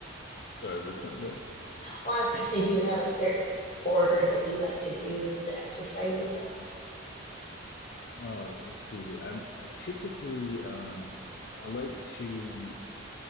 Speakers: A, on the left; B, on the left.
A: Sorry, what's not going?
B: Well, I was gonna say, do you have a certain order that you like to do the exercises in?
A: Uh, let's see. I'm I typically um I like to